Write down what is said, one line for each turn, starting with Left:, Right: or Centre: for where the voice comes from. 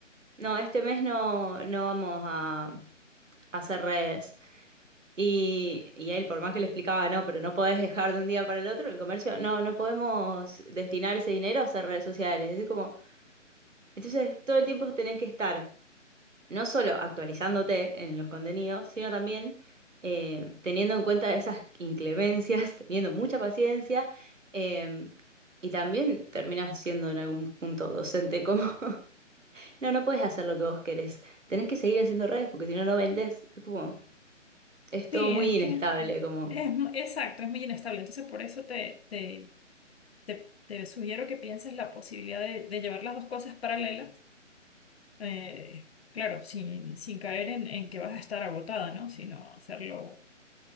Right: no, este mes no, no vamos a, a hacer redes. Y, y él, por más que le explicaba, no, pero no podés dejar de un día para el otro, el comercio, no, no podemos destinar ese dinero a hacer redes sociales. Es como, entonces todo el tiempo tenés que estar no solo actualizándote en los contenidos, sino también eh, teniendo en cuenta esas inclemencias, <laughs> teniendo mucha paciencia, eh, y también terminas siendo en algún punto docente como, <laughs> no, no puedes hacer lo que vos querés, tenés que seguir haciendo redes porque si no, no vendés. Es como, es todo
Left: Sí,
Right: muy
Left: es
Right: inestable,
Left: que
Right: como,
Left: es mu- exacto, es muy inestable. Entonces, por eso te, te, te, te sugiero que pienses la posibilidad de, de llevar las dos cosas paralelas. eh, claro, sin, sin caer en, en que vas a estar agotada, ¿no? Sino hacerlo